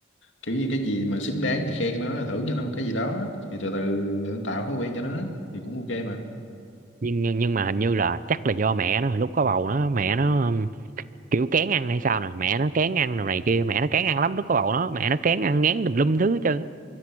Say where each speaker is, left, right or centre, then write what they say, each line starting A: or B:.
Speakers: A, on the left; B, on the right.
A: kiểu như cái gì mà xứng đáng thì khen nó thưởng cho nó một cái gì đó thì từ từ tạo thói quen cho nó thì cũng ok mà
B: nhưng nhưng nhưng mà hình như là chắc là do mẹ nó hồi lúc có bầu nó mẹ nó um, kiểu kén ăn hay sao nè mẹ nó kén ăn đồ này kia mẹ nó kén ăn lắm lúc có bầu nó mẹ nó kén ăn ngán tùm lum thứ hết trơn á.